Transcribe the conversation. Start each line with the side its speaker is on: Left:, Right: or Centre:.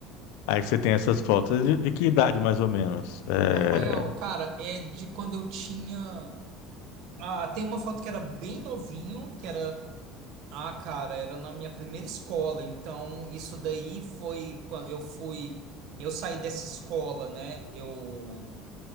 Left: Aí você tem essas fotos. De, de que idade, mais ou menos? É...
Right: Rafael, cara, é de quando eu tinha. Ah, tem uma foto que era bem novinho, que era Ah, cara, era na minha primeira escola, então isso daí foi quando eu fui, eu saí dessa escola, né? Eu